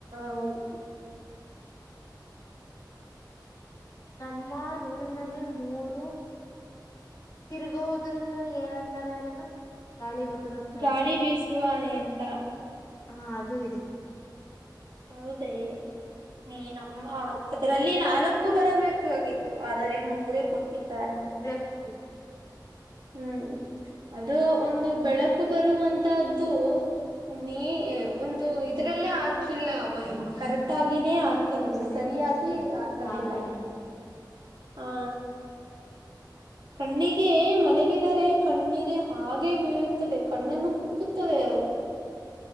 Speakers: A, on the right; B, on the left.
A: ಹೌದು
B: ನಮ್ಮ ರೂಮಿನಲ್ಲಿ ಮೂರು ತಿರ್ಗ ಹೋದ್ರನು ಏನಂತಾರೆ ಅದನ್ನು ಗಾಳಿ ಬರುತ್ತಲ್ಲ
A: ಗಾಳಿ ಬೀಸುವ ಯಂತ್ರ
B: ಹಾ ಅದು ಇದೆ
A: ಹೌದೇ ನೀ ನಮ್ಮ ಅದರಲ್ಲಿ ನಾಲ್ಕು ಬರಬೇಕಾಗಿತ್ತು ಆದರೆ ಮೂರೇ ಕೊಟ್ಟಿದ್ದಾರೆ
B: <unintelligible> ಹ
A: ಹ್ಮ್ ಅದು ಒಂದು ಬೆಳಕು ಬರುವಂತದ್ದು ನೀ ಒಂದು ಇದ್ರಲ್ಲೇ ಹಾಕಿಲ್ಲ ಅವರು ಕರೆಕ್ ಕರೆಕ್ಟಾಗಿನೇ ಹಾಕಲಿಲ್ಲ
B: ಹಾ ಸೈಡಸೆ
A: ಸರಿಯಾಗಿ ಹಾಕಲಿಲ್ಲ
B: ಆ ಕಡೆ ಇದೆ
A: ಹಾ ಕಣ್ಣಿಗೆ ಮಲಗಿದರೆ ಕಣ್ಣಿಗೆ ಹಾಗೆ ಬೀಳುತ್ತದೆ ಕಣ್ಣನ್ನು ಕುಕ್ಕುತ್ತದೆ ಅದು